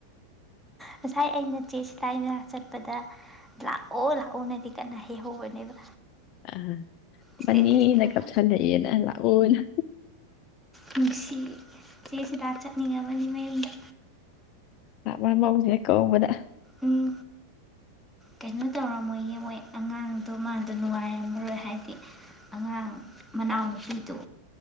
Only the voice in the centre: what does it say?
ꯉꯁꯥꯏ ꯑꯩꯅ ꯆꯦ ꯏꯀꯥꯏ ꯃꯅꯥ ꯆꯠꯄꯗ ꯂꯥꯛꯑꯣ ꯂꯥꯛꯑꯣꯅꯗꯤ ꯀꯟꯅ ꯍꯩꯍꯧꯕꯅꯦꯕ
ꯏꯁꯇꯦꯇꯁꯇꯤ
ꯎꯔ
ꯅꯨꯡꯁꯤ ꯆꯦꯁꯤꯗ ꯆꯠꯅꯤꯡꯉꯕꯅꯦ ꯃꯌꯨꯝꯗ
ꯎꯝ ꯀꯩꯅꯣ ꯇꯧꯔꯝꯃꯣꯏ ꯌꯦꯡ ꯃꯣꯏ ꯑꯉꯥꯡꯗꯣ ꯃꯥꯗꯣ ꯅꯨꯡꯉꯥꯏꯔꯝꯃꯔꯣꯏ ꯍꯥꯏꯗꯤ ꯑꯉꯥꯡ ꯃꯅꯥꯎꯅꯨꯄꯤꯗꯣ